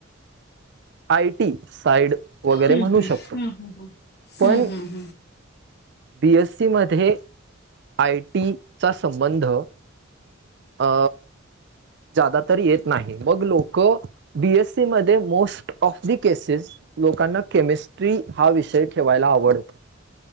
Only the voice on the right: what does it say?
आयटी साईड वगैरे
म्हणू
शकतो. पण
बीएसु मध्ये आय टीचा संबंध अ ज्यादा तर येत नाही. मग लोक बीएससी मध्ये मोस्ट ऑफ द केसेस लोकांना केमिस्ट्री हा विषय ठेवायला आवडतो.